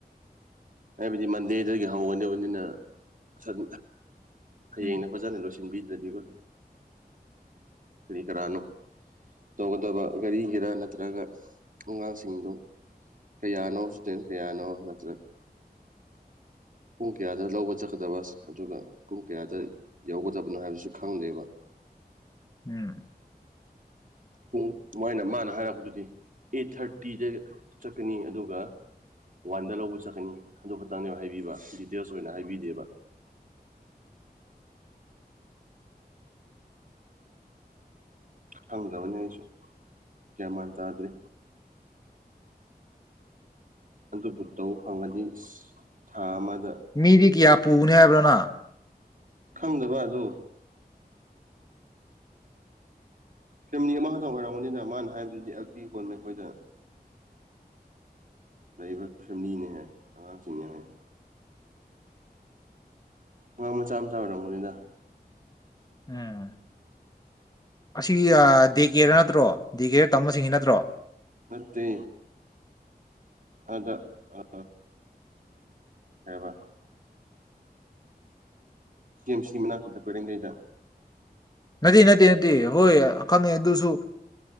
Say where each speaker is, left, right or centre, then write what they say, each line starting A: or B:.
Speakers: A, on the right; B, on the left.
A: ꯍꯥꯏꯕꯗꯤ ꯃꯟꯗꯦꯗꯒꯤ ꯍꯧꯒꯗꯕꯅꯤꯅ ꯁꯟ ꯍꯌꯦꯡꯅ
B: ꯎꯝ
A: ꯐꯖꯅ ꯂꯣꯏꯁꯤꯟꯕꯤꯗ꯭ꯔꯗꯤꯀꯣ ꯑꯗꯨꯝ ꯀꯔꯤ ꯀꯔꯥꯅꯣ ꯇꯧꯒꯗꯕ ꯒꯥꯔꯤꯒꯤꯔꯥ ꯅꯠꯇ꯭ꯔꯒ ꯑꯉꯥꯡꯁꯤꯡꯗꯨꯝ ꯀꯌꯥꯅꯣ ꯁ꯭ꯇꯨꯗꯦꯟ ꯀꯌꯥꯅꯣ ꯅꯠꯇ꯭ꯔꯒ ꯄꯨꯡ ꯀꯌꯥꯗ ꯂꯧꯕ ꯆꯠꯀꯗꯕꯁ ꯑꯗꯨꯒ ꯄꯨꯡ ꯀꯌꯥꯗ ꯌꯧꯒꯗꯕꯅꯣ ꯍꯥꯏꯕꯁꯨ ꯈꯪꯗꯦꯕ
B: ꯎꯝ
A: ꯄꯨꯡ ꯃꯣꯏꯅ ꯃꯥꯅ ꯍꯥꯏꯔꯛꯄꯗꯨꯗꯤ ꯑꯦꯠ ꯊꯥꯔꯇꯤꯗ ꯆꯠꯀꯅꯤ ꯑꯗꯨꯒ ꯋꯥꯟꯗ ꯂꯧꯕ ꯆꯠꯀꯅꯤ ꯑꯗꯨ ꯈꯛꯇꯪꯅꯦꯕ ꯍꯥꯏꯕꯤꯕ ꯗꯤꯇꯦꯜꯁ ꯑꯣꯏꯅ ꯍꯥꯏꯕꯤꯗꯦꯕ ꯈꯪꯗꯕꯅꯦ ꯑꯩꯁꯨ ꯒ꯭ꯌꯥꯟꯃꯥꯟ ꯇꯥꯗ꯭ꯔꯤ ꯑꯗꯨꯕꯨ ꯇꯧ ꯐꯪꯉꯗꯤ ꯏꯁ ꯊꯥ ꯑꯃꯗ
B: ꯃꯤꯗꯤ ꯀꯌꯥ ꯄꯨꯒꯅꯤ ꯍꯥꯏꯕ꯭ꯔ ꯅ
A: ꯈꯪꯗꯕ ꯑꯗꯣ ꯐꯦꯃꯤꯂꯤ ꯑꯃꯈꯛꯇꯪ ꯑꯣꯏꯔꯝꯒꯅꯤꯗ ꯃꯥꯅ ꯍꯥꯏꯕꯗꯨꯗꯤ ꯑꯦꯜ ꯄꯤ ꯀꯣꯟ ꯑꯩꯈꯣꯏꯗ ꯂꯩ ꯐꯦꯃꯤꯂꯤꯅꯦ ꯑꯉꯥꯡꯁꯤꯡꯅꯦ ꯍꯥꯏ ꯕ ꯃꯆꯥ ꯃꯆꯥ ꯑꯣꯏꯔꯝꯒꯅꯤꯗ
B: <unintelligible> ꯑꯁꯤ ꯌꯥ ꯗꯤ ꯀꯦꯔꯗ ꯅꯠꯇꯔꯣ ꯗꯤ ꯀꯦꯔꯗ ꯇꯝꯕꯁꯤꯡꯒꯤ ꯅꯠꯇ꯭ꯔꯣ
A: ꯅꯠꯇꯦ ꯑꯗ ꯑ ꯀꯩꯑꯦꯕ ꯁꯤ ꯑꯦꯝ ꯁꯤ ꯃꯅꯥꯛꯀꯤꯗꯣ ꯀꯣꯏꯔꯦꯡꯒꯩꯗ
B: ꯅꯠꯇꯦ ꯅꯠꯇꯦ ꯅꯠꯇꯦ ꯍꯣꯏ ꯈꯪꯉꯦ ꯑꯗꯨꯁꯨ